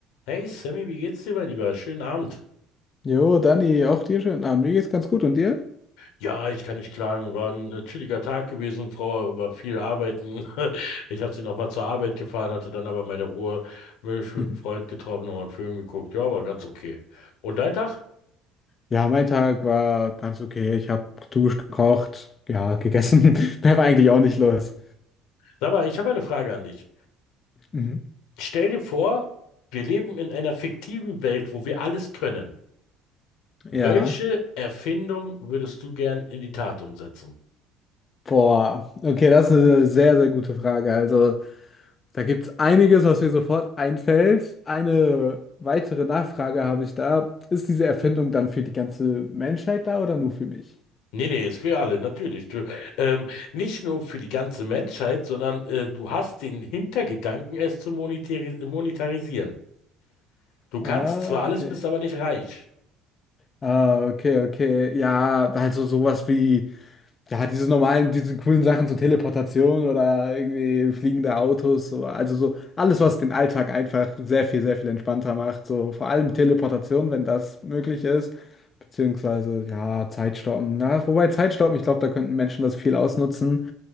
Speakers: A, on the left; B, on the left.
A: Hey Sammy, wie geht's dir, mein Lieber? Schönen Abend.
B: Jo, Dani, auch dir schönen Abend. Mir geht's ganz gut. Und dir?
A: Ja, ich kann nicht klagen. War ein äh, chilliger Tag gewesen. Frau war viel arbeiten. <laughs> Ich habe sie noch mal zur Arbeit gefahren, hatte dann aber meine Ruhe. Mich mit
B: Mhm.
A: einem Freund getroffen, nochmal einen Film geguckt. Ja, war ganz okay. Und dein Tag?
B: Ja, mein Tag war ganz okay. Ich habe geduscht, gekocht, ja, gegessen. <laughs> Mehr war eigentlich auch nicht los.
A: Sag mal, ich habe eine Frage an dich.
B: Mhm.
A: Stell dir vor, wir leben in einer fiktiven Welt, wo wir alles können. Welche
B: Ja,
A: Erfindung würdest du gern in die Tat umsetzen?
B: boah. Okay, das ist eine sehr, sehr gute Frage. Also, da gibt es einiges, was mir sofort einfällt. Eine weitere Nachfrage habe ich da. Ist diese Erfindung dann für die ganze Menschheit da oder nur für mich?
A: Nee, nee, ist für alle, natürlich. Du, ähm, nicht nur für die ganze Menschheit, sondern äh, du hast den Hintergedanken, es zu monetari monetarisieren. Du kannst
B: Ah,
A: zwar alles,
B: okay.
A: bist aber nicht reich.
B: Ah, okay, okay. Ja, also sowas wie. Ja, diese normalen, diese coolen Sachen, so Teleportation oder irgendwie fliegende Autos, so, also so alles, was den Alltag einfach sehr viel, sehr viel entspannter macht. So vor allem Teleportation, wenn das möglich ist, beziehungsweise ja, Zeitstoppen. Na, wobei Zeitstoppen, ich glaube, da könnten Menschen das viel ausnutzen.